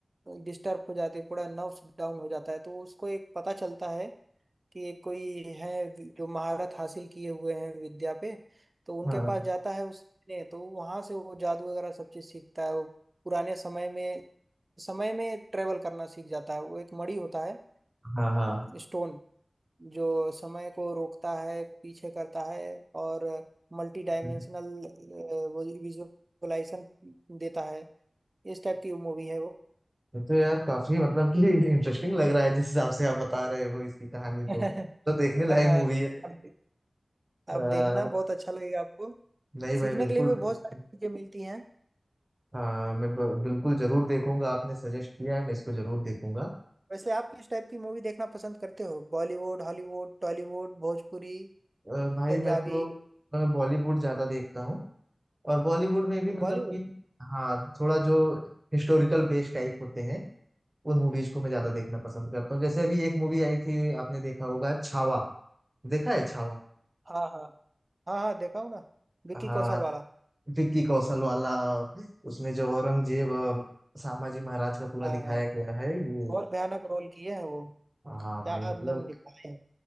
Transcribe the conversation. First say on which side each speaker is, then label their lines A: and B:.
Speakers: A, on the right; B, on the right.
A: डिस्टर्ब हो जाती है पूरा नर्व्स डाउन हो जाता है तो उसको एक पता चलता है कि कोई है जो महारत हासिल किए हुए हैं विद्या पे तो उनके
B: हाँ
A: पास जाता है उस ने तो वहां से वो जादू वगैरह सब चीज सीखता है वो पुराने समय में समय में ट्रेवल करना सीख जाता है वो एक मणि होता है
B: हाँ हाँ
A: स्टोन जो समय को रोकता है पीछे करता है और मल्टी डायमेंशनल
B: मैं
A: विजुअलाइजेशन देता है इस टाइप की मूवी है वो
B: मैं तो यार काफी मतलब कि <laughs> इंटरेस्टिंग लग रहा है जिस हिसाब से आप बता रहे हो इसकी कहानी को
A: <laughs>
B: तो देखने लायक
A: हाँ हाँ
B: मूवी है
A: अब
B: आ,
A: अब देखना बहुत अच्छा लगेगा आपको
B: नहीं भाई
A: सीखने
B: बिल्कुल
A: के लिए भी बहुत
B: भी नहीं।
A: सारी चीजें मिलती हैं
B: हाँ मैं ब- बिल्कुल जरूर देखूंगा आपने सजेस्ट किया है मैं इसको जरूर देखूंगा
A: वैसे आप किस टाइप की मूवी देखना पसंद करते हो Bollywood Hollywood Tollywood Bhojpuri
B: अ, भाई
A: Punjabi
B: मैं तो अ, बॉलीवुड ज्यादा देखता हूँ और बॉलीवुड में भी मतलब
A: Bollywood
B: कि हाँ थोड़ा जो हिस्टोरिकल बेस्ड टाइप होते हैं उन मूवीज को मैं ज्यादा देखना पसंद करता हूँ जैसे अभी एक मूवी आई थी आपने देखा होगा छावा देखा है छावा
A: हाँ हाँ हाँ हाँ देखा हूँ ना विक्की
B: हाँ
A: कौशल वाला
B: विक्की कौशल वाला उसमें जो औरंगजेब और सांभाजी महाराज का पूरा
A: हाँ
B: दिखाया
A: हाँ
B: गया है ये
A: बहुत भयानक रोल किए हैं वो
B: हाँ भाई
A: क्या
B: मतलब
A: एकदम निभाए हैं